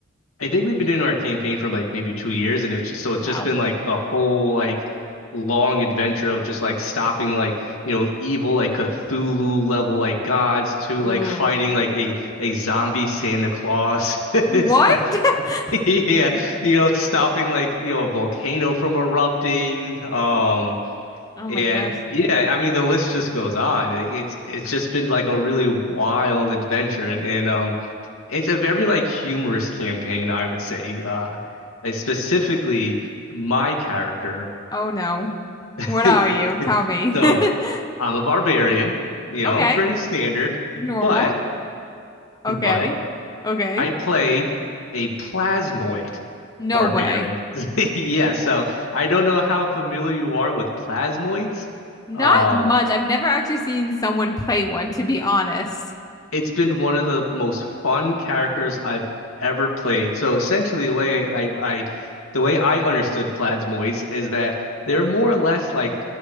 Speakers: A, on the left; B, on the left.
A: I think we've been doing our campaign for like maybe two years, and it's just, so it's
B: Wow.
A: just been like a whole like long adventure of just like stopping like you know evil like Cthulhu level like gods to
B: Ooh.
A: like fighting like a a zombie Santa Claus. <laughs>
B: What?
A: So,
B: <laughs>
A: yeah, you know, stopping like you know a volcano from erupting. Um,
B: Oh
A: and
B: my gosh.
A: yeah, I mean the list just goes on. It's it's just been like a really wild adventure, and, and um. It's a very like humorous campaign, I would say. Uh, uh, specifically my character.
B: Oh no.
A: <laughs>
B: What are you? Tell me.
A: So
B: <laughs>
A: I'm a barbarian, you
B: Okay.
A: know, pretty standard,
B: Normal.
A: but
B: Okay.
A: but
B: Okay.
A: I play a plasmoid
B: No
A: barbarian.
B: way.
A: <laughs> Yeah, so I don't know how familiar you are with plasmoids.
B: Not
A: Um,
B: much. I've never actually seen someone play one, to be honest.
A: it's been one of the most fun characters I've ever played. So essentially, the way I, I, I the way I understood Plasmoids is that they're more or less like